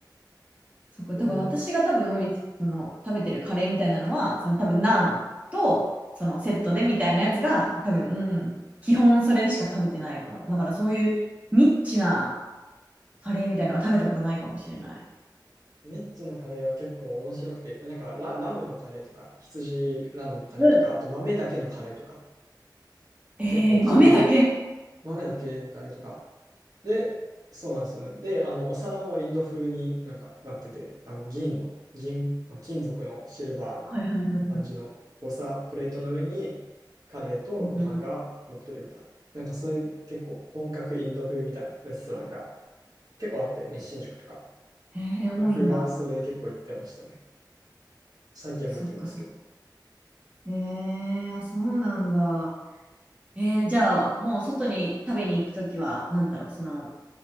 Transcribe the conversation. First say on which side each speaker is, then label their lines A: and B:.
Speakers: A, on the right; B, on the right.
A: そこ、
B: で
A: 多分私が多分、その、食べてるカレーみたいなのは、その多分、ナンと、そのセットでみたいなやつが、多分、うん、基本それしか食べてないかも。だからそういうニッチなカレーみたいなのは食べたことないかもしれない。
B: ネッチのカレーは結構面白くて、なんかラ、ラムのカレーとか、羊ラムのカレーとか、
A: うん
B: あと豆だけのカレーとか、
A: ええ豆だけ。
B: 結構そういう豆だけのカレーとか。で、そうなんですよ。で、あの、お皿もインド風になんかなってて、あの、銀の、銀、まあ、金属のシルバーの感じのお皿、
A: はいはいはいはい。
B: プレートの上にカレーとご飯が乗ってるみたいな。
A: うんうんうん
B: なんかそういう結構本格インド風みたいなレストランが結構あって、日進食とか。
A: ええ多いんだ。
B: 僕はそれ結構行ってましたね。最近も行くんですけど。
A: そっかそっか。ええあそうなんだ。えー、じゃあ、もう外に食べに行くときは、なんだろう、その、